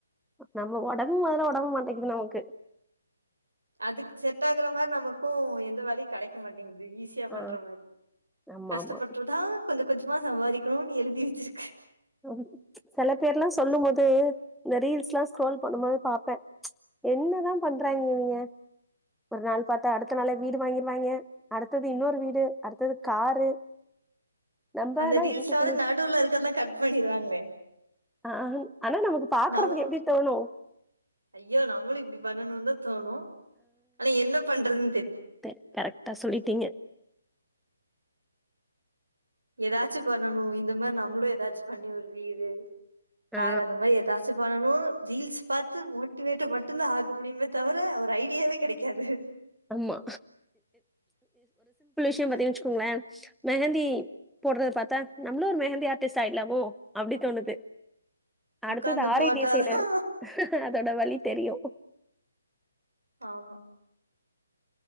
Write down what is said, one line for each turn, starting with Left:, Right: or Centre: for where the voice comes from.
Centre: நம்ம உடம்கு முதல உடம்பு மாட்டேக்குது நமக்கு
Right: அதுக்கு செட் ஆகுற மாரி நமக்கும் எந்த வேலையு கிடைக்க மாட்டேங்க து ஈஸியா பண்ற
Centre: ஆ
Right: மாரி
Centre: ஆமா
Right: கஷ்டப்பட்டுதான்
Centre: ஆமா
Right: கொஞ்சொ கொஞ்சமா சம்பாதிக்கணும்னு எழுதி வச்சிருக்கு
Centre: <unintelligible> சில பேர்லா சொல்லும் போ து இந்த ரீல்ஸ் எல்லாம் ஸ்க்ரோல் பண்ணும் போது பாப்பேன் என்னதான் பண்றாய்ங்க இவிங்க ஒரு நாள் பாத்தா அடுத்த நாளே வீடு வாங்கிருவாய்ங்க அடுத்தது இன்னொரு வீடு அடுத்தது காரு நம்ப
Right: அந்த
Centre: ஆனா
Right: ரீல்ஸ்ல
Centre: வீட்டுக்குள்ளே
Right: வந்து நடுல இருக்கிறதெல்லா கட் பண்ணிருவாங்களே
Centre: ஆ ஆனா நமக்கு பாக்குறதுக்கு
Right: நமக்
Centre: எப்டி தோணும்
Right: ஐயோ நம்மளும் இப்படி பண்ணணும் தா தோணும் ஆனா என்ன பண்றது
Centre: தரி கரெக்டா சொல்லிட்டீங்க
Right: ஏதாச்சும் பண்ணணும் இந்த மாரி நம்மளும் ஏதாச்சும் பண்ணி ஒரு வீடு கார்
Centre: ஆ
Right: அந்த மாரி ஏதாச்சு பண்ணனும் ரீல்ஸ் பார்த்து மோட்டிவேட்டு் மட்டுந்தான் ஆக முடியுமே தவிர ஒரு ஐடியாவே கெடைக்காது
Centre: ஆமா. <unintelligible> ங்கலா வச்சுக்கோங்களேன் மெஹந்தி போடுறது பாத்தா நம்மளும் ஒரு மெஹந்தி ஆர்டிஸ்ட் ஆயிடலாமோ அப்டி தோணுது அடுத்தது
Right: உக்காந்து போட்டாதா
Centre: <unintelligible> அதோட வலி தெரியும்
Right: ஆமா